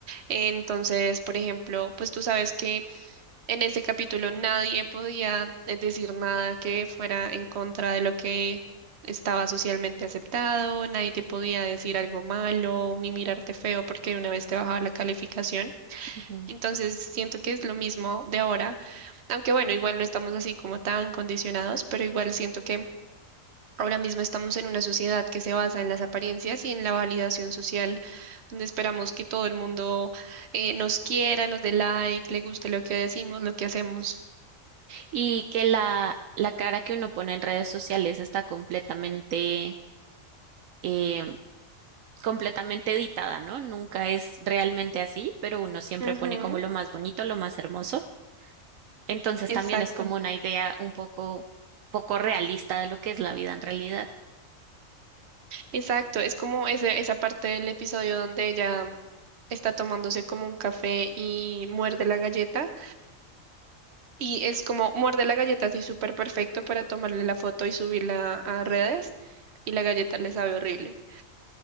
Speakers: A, on the right (about 55°); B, on the right (about 75°).
A: Entonces, por ejemplo, pues tú sabes que En ese capítulo nadie podía eh, decir nada que fuera en contra de lo que estaba socialmente aceptado, nadie te podía decir algo malo ni mirarte feo porque de una vez te bajaba la calificación.
B: Ujú.
A: Entonces siento que es lo mismo de ahora, aunque bueno, igual no estamos así como tan condicionados, pero igual siento que ahora mismo estamos en una sociedad que se basa en las apariencias y en la validación social, donde esperamos que todo el mundo eh, nos quiera, nos dé like, le guste lo que decimos, lo que hacemos.
B: Y que la, la cara que uno pone en redes sociales está completamente, eh, completamente editada, ¿no? Nunca es realmente así, pero uno siempre
A: Ujú,
B: pone como lo más bonito, lo más hermoso. Entonces
A: Exacto,
B: también es como una idea un poco, poco realista de lo que es la vida en realidad.
A: exacto. Es como ese, esa parte del episodio donde ella está tomándose como un café y muerde la galleta. Y es como muerde la galleta así súper perfecto para tomarle la foto y subirla a redes. Y la galleta le sabe horrible.